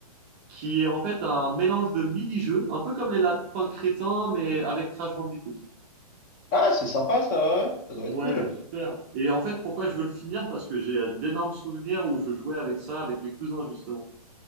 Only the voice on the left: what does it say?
Ah, c'est sympa ça, ouais. Ça doit
être cool.